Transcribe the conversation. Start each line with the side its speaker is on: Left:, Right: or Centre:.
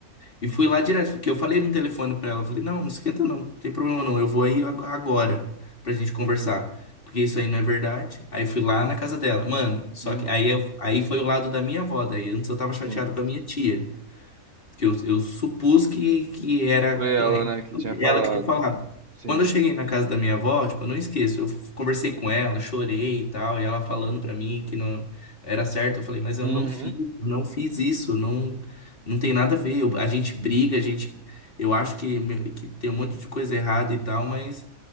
Left: e fui lá direto, porque eu falei no telefone pra ela. Eu falei, não, não esquenta não, não tem problema não, eu vou aí ag- agora pra gente conversar. Porque isso aí não é verdade. Aí fui lá na casa dela. Mano, só
Right: uhum,
Left: que aí, eu- aí foi o lado da minha avó. Daí antes eu tava chateado
Right: sim.
Left: com a minha tia. que eu, eu supus que, que era
Right: Foi
Left: com
Right: ela,
Left: ela,
Right: né, que tinha falado.
Left: ela que tinha falado.
Right: Sim.
Left: Quando eu cheguei na casa da minha avó, tipo, eu não esqueço, eu f- conversei com ela, chorei e tal, e ela falando pra mim que não era certo, eu falei, mas eu
Right: Uhum,
Left: não fiz, eu não fiz isso, não, não tem nada a ver. Eu- a gente briga, a gente, eu acho que, me- que tem um monte de coisa errada e tal, mas